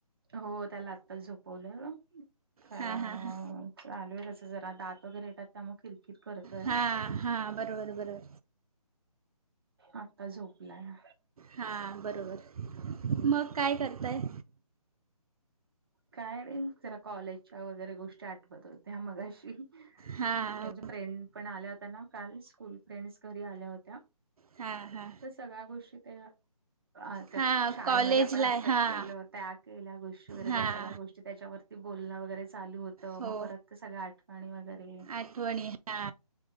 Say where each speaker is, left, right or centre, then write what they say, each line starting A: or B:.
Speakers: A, on the right (about 40°); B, on the right (about 65°).
A: हो त्याला आत्ताच झोपवलं कारणं
B: हां हां हां
A: चालू आहे त्याच जरा दात वगैरे येतात त्यामुळं किरकिर करतोय
B: हां हां बरोबर बरोबर
A: आत्ता झोपलाय
B: हा बरोबर मग काय करताय
A: काय नाही जरा कॉलेजच्या वगैरे गोष्टी आठवत होत्या मगाशी
B: हां
A: माझ्या फ्रेंड पण आल्या होत्या ना काल स्कूल फ्रेंडस घरी आल्या होत्या
B: हा हा
A: तर सगळ्या गोष्टी तेव्हा आ त्या
B: हां
A: शाळेमध्ये
B: कॉलेजला
A: आपण असं
B: हां
A: केलं केल्या होत्या केल्या गोष्टी वगैरे,
B: हां
A: त्या सगळ्या गोष्टी त्याच्यावरती बोलणं वगैरे चालू होतं,
B: हो
A: मग परत त्या सगळ्या आठवणी वगैरे
B: आठवणी हा.